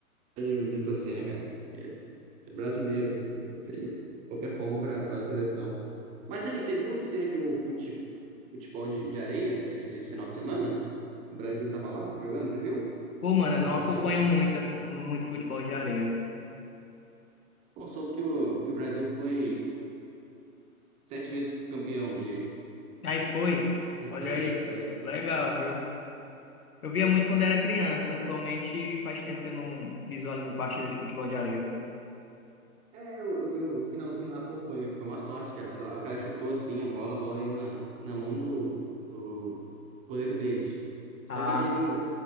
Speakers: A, on the right; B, on the left.
A: de de torcer, né, cara? É é brasileiro, tem que torcer de qualquer forma para a seleção. Mas aí, você viu que teve o fute, futebol de, de areia esse, esse final de semana? O Brasil tava lá jogando, você viu?
B: Pô, mano, eu
A: Ficou
B: não
A: sabendo?
B: acompanho muito, muito futebol de areia.
A: Pô, soube que o, que o Brasil foi sete vezes campeão de,
B: Aí foi.
A: Futebol
B: Olha
A: de
B: aí.
A: areia foi.
B: Legal, viu? Eu via muito quando era criança. Atualmente faz tempo que eu não visualizo partida de futebol de areia.
A: É, eu, eu vi o finalzinho lá, pô, foi, foi uma sorte, cara. Sei lá, o cara chutou assim a bola, a bola ia na, na mão do, do goleiro deles. Só
B: Ah,
A: que aí teve um,